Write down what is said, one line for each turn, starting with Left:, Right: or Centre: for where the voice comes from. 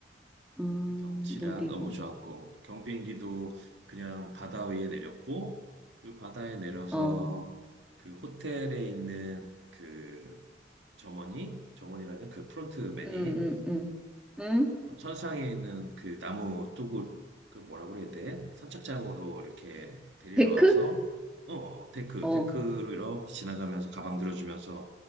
Centre: 음,
Right: 그 경치랑
Centre: 몰디브
Right: 너무 좋았고 경비행기도 그냥 바다 위에 내렸고 그리고 바다에 내려서
Centre: 어 음
Right: 그 호텔에 있는 그 점원이 점원이라는 그 프론트맨이
Centre: 음 음 음
Right: 선상에 있는 그 나무 뚜구 그 뭐라고 그래야 돼? 선착장으로 이렇게 데리러
Centre: 데크?
Right: 와서 어 데크
Centre: 어
Right: 데크로 이렇게 지나가면서 가방 들어주면서